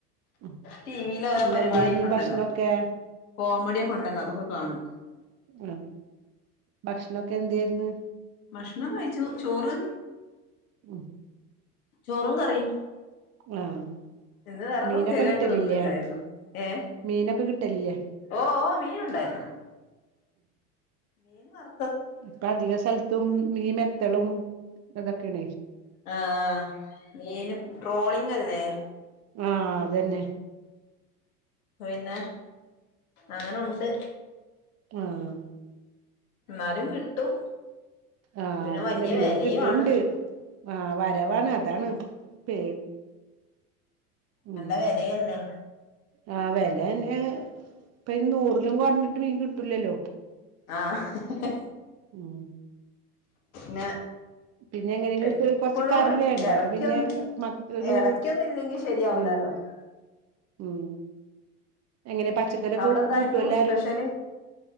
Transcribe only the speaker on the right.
ഉം
ഇന്നെന്തേരുന്നു
ഭക്ഷണൊക്കെ?
മ് ഭക്ഷണൊക്കെ എന്തേര്ന്ന്
ഉം
ആഹ്
മീനൊക്കെ
കിട്ടലില്ലേ?
മീനൊക്കെ കിട്ടലില്ലേ?
പ്പൊ അധിക സൽ ത്തും മീ മെ ത്തളും എ തൊക്കെണ
ആഹ് അതന്നെ
ആഹ്
ആഹ്
അതന്നെ
മീന്
കിട്ടണ്ട്
ആഹ് വരവാണ് അതാണ് പേ ഉം
ആ. വെല തന്നെ ആണ്. പ്പയിന് നൂറിലും കൊറഞ്ഞിട്ട് മീൻ കിട്ടുല്ലല്ലോ.
ഉം
പിന്നെ എങ്ങനെലും
ഇപ്പ കൊറച്ച് കറി വേണ്ടേ
അപ്പ പിന്നെ മ ഒരു
ഉം
ഉം. എങ്ങനെ പച്ചക്കറി ഒക്കെ
കൂ
കൂട്ടൊ എല്ലാരും?